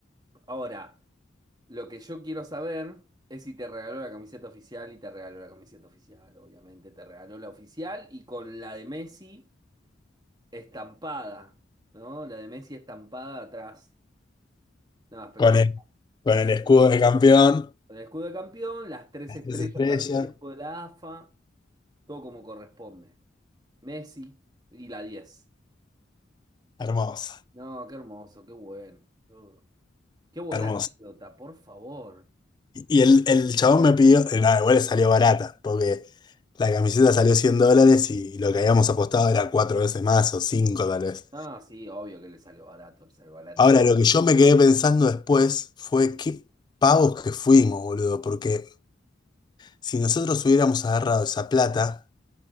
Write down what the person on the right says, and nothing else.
Ahora, lo que yo quiero saber es si te regaló la camiseta oficial y te regaló la camiseta oficial, obviamente. Te regaló la oficial y con la de Messi. estampada, ¿no? La de Messi estampada atrás. No, espectacular.
espectacular.
Con el escudo de campeón, las tres
estrellas
arriba del escudo de la AFA, todo como corresponde. Messi y la diez,
No, qué hermoso, qué bueno. boludo. Qué buena
anécdota, por favor.
Ah, sí, obvio que le salió barato, le salió baratí.